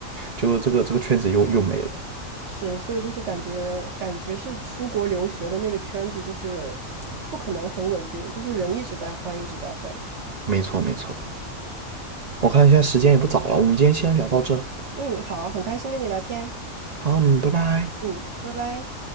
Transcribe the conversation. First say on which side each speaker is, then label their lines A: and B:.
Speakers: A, on the right; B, on the right.
A: 就这个这个圈子又又没了。
B: 是，所以就是感觉感觉是出国留学的那个圈子就是不可能很稳定，就是人一直在换，一直在换。
A: 没错没错，我看现在时间也不早了，我们今天先聊到这，
B: 嗯，好，很开心跟你聊天。
A: 好，嗯，拜拜。
B: 嗯，拜拜。